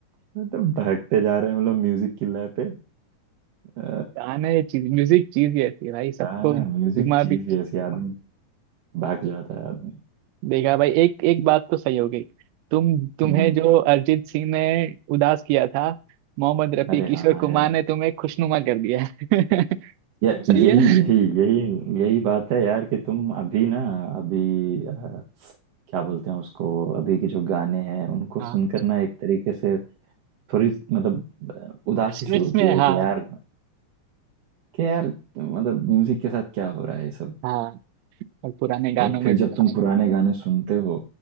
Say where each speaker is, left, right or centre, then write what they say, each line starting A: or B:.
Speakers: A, on the right; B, on the right.
A: मतलब भागते जा रहे हैं हम लोग म्यूजिक की लय पे अ,
B: गाना ये चीज म्यूजिक चीज ही ऐसी है भाई सबको
A: गाना
B: जुमा
A: म्यूजिक चीज
B: भी
A: ही ऐसी आदमी भाग जाता है आदमी
B: देगा भाई एक एक बात तो सही हो गई तुम तुम्हें
A: हम्म,
B: जो अरिजीत सिंह ने उदास किया था मोहम्मद रफी
A: अरे
B: किशोर
A: हाँ
B: कुमार
A: यार
B: ने तुम्हें खुशनुमा कर दिया है। <laughs>
A: या <laughs> यही
B: सही है ना
A: यही यही यही बात है यार कि तुम अभी ना अभी अ, क्या बोलते हैं उसको अभी के जो गाने हैं उनको
B: हाँ
A: सुनकर ना एक तरीके से थोड़ी मतलब अ, उदासी
B: स्ट्रेस
A: सी होती
B: में
A: है
B: हाँ
A: कि यार कि यार मतलब म्यूजिक के साथ क्या हो रहा है ये सब
B: हाँ और पुराने गानों
A: और
B: में
A: फिर जब
B: तो
A: तुम
B: था
A: बताइए पुराने गाने सुनते हो